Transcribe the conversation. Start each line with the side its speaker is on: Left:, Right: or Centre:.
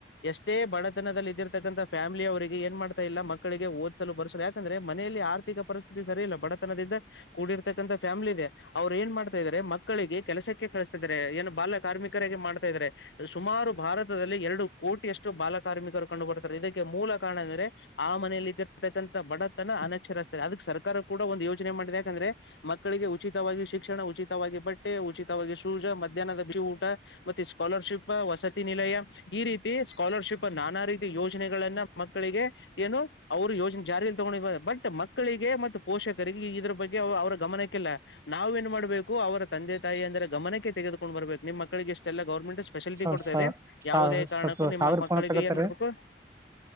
Left: ಎಷ್ಟೇ ಬಡತನದಲ್ಲಿ ಇದ್ದಿರ್ತಕ್ಕಂಥ ಫ್ಯಾಮಿಲಿ ಅವರಿಗೆ ಏನ್ ಮಾಡ್ತಾ ಇಲ್ಲ ಮಕ್ಕಳಿಗೆ ಓದ್ಿಸಲು ಬರ್ಸಲು ಯಾಕಂದ್ರೆ ಮನೆಯಲ್ಲಿ ಆರ್ಥಿಕ ಪರಿಸ್ಥಿತಿ ಸರಿ ಇಲ್ಲ ಬಡತನದಿಂದ ಕೂಡಿರ್ತಕ್ಕಂಥ ಫ್ಯಾಮ್ಲಿ ಇದೆ ಅವ್ರು ಏನ್ ಮಾಡ್ತಾ ಇದಾರೆ ಮಕ್ಕಳಿಗೆ ಕೆಲಸಕ್ಕೆ ಕಳಿಸತಾಾರೆ ಏನ ಬಾಲ ಕಾರ್ಮಿಕರಾಗಿ ಮಾಡ್ತಾ ಇದಾರೆ ಸುಮಾರು ಭಾರತದಲ್ಲಿ ಎರಡು ಕೋಟಿಿಯಷ್ಟು ಬಾಲ ಕಾರ್ಮಿಕರು ಕಂಡು ಬರ್ತಾರೆ ಇದಕ್ಕೆ ಮೂಲ ಕಾರಣ ಅಂದ್ರೆ ಆ ಮನೆಯಲ್ಲಿ್ದಿರತಕ್ಕಂಥ ಬಡತನ ಅನಕ್ಷರಿಸಸ್ತಾರೆ ಅದಕ್ಕೆ ಸರ್ಕಾರ ಕೂಡ ಒಂದು ಯೋಚನೆ ಮಾಡಿದೆ ಯಾಕಂದ್ರೆ ಮಕ್ಕಳಿಗೆ ಉಚಿತವಾಗಿ ಶಿಕ್ಷಣ ಉಚಿತವಾಗಿ ಬಟ್ಟೆ ಉಚಿತವಾಗಿ ಶೂಜ ಮಧ್ಯಾಹ್ನದ ಬ ಊಟ ಮತ್ತೆ ಸ್ಕಾಲರ್ಶಿಪ್ ವಸತಿ ನಲೆಯ ಈ ರೀತಿ ಸ್ಕಾಲರ್ಶಿಪ್ ನಾನಾ ರೀತಿ ಯೋಜನೆಗಳನ್ನ ಮಕ್ಕಳಿಗೆ ಏನು ಅವರು ಯೋಜನೆ ಜಾರಿಯಲ್ಲಿ ತಗೊಂಡ ಬಟ್ ಮಕ್ಕಳಿಗೆ ಮ ಪೋಷಕರಿಗೆ ಇದ್ರ ಬಗ್ಗೆ ಅವರ ಗಮನಕ್ಕೆಲ್ಲ ನಾವ್ ಏನ್ ಮಾಡ್ಬೇಕು ಅವರ ತಂದೆ ತಾಯಿ ಅಂದರೆ ಗಮನಕ್ಕೆ ತೆಗೆದುಕು ಬರ್ಬೇಕು ನಿಮ್ಮ ಮಕ್ಕಳಿಗೆ ಇಷ್ಟೆಲ್ಲ ಗೌರ್ಮೆಂಟ್ ಫೆಸಿಲಿಟಿ
Right: ಸ
Left: ಕೊಡ್ತಾ
Right: ಸ
Left: ಇದೆ ಯಾವುದೇ ಕಾರಣಕ್ಕೂ ನಿಮ್ಮ
Right: ಸಾವಿರ
Left: ಮಕ್ಕಳಿಗೆ
Right: ಫೋನ್ ಹಚ್ಚಕತ್ತಾರಿ.
Left: ಏನ್ ಮಾಡ್ಬೇಕು